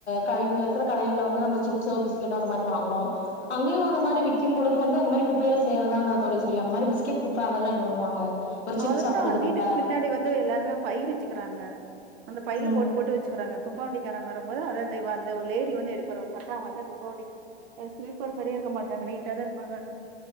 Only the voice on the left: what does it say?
க இங்க இருக்ற கடைகள்ல வந்து நம்ம சிப் சோ பிஸிக்கேட்டோ அந்த மாரி வாங்குறோ அங்கயு அந்த மாரி விக்கும் பொழுது வந்து அந்த மாரி குப்பைலா சேறதான தோழி செய்யு அந்த மாரி பிஸ்கேட் குப்ப அதெல்லா என்ன பண்ணுவாங்க ஒரு சிப்ஸ்
சாப்பட்றது
குப்ப
ம்